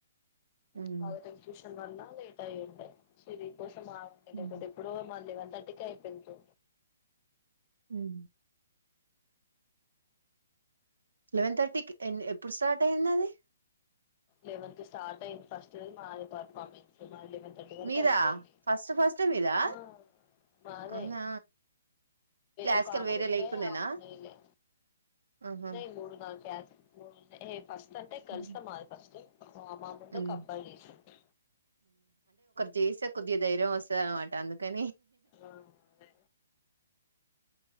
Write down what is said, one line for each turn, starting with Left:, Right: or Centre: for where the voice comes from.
Right: ఉమ్
Left: ప్రాజెక్ట్ ఎక్యూషన్ వల్ల లేట్ అయ్యిండే సిరి కోస లేపోతేప్పుడో
Right: ఉమ్
Left: మల్లె థర్టీ కే అయిపోయిందీ
Right: ఉం లెవెన్ థర్టీకి ఎ ఎప్పుడు స్టార్ట్ అయ్యింది అది
Left: లెవెన్ కీ స్టార్ట్ అయింది ఫస్ట్ మాది పర్ఫార్మెన్స్ మాదీ లీవెన్ థర్టీ వరకు
Right: మీదా?
Left: అయిపోయింది.
Right: ఫస్ట్ ఫస్టే మీదా?
Left: ఆ మాదే
Right: అవునా! క్లాసికల్
Left: ఒక ఆమెది
Right: వేరే
Left: ఉండే
Right: లేకుండేనా?
Left: ఆమె వెయ్యిలే
Right: ఆహా!
Left: ఉన్నాయి. మూడు నాలుగు క్లాస్ <unintelligible> ఫస్ట్ అంటే కలుస్తా
Right: హ్మ్.
Left: మా ఏ ఆ మా ముందు
Right: హ్మ్.
Left: ఒకబ్బాయి చేసిండు
Right: చేసత్ కొద్దిగ ధైర్యం వస్తది అనమాటా అందుకు ఉ
Left: ఆ అదే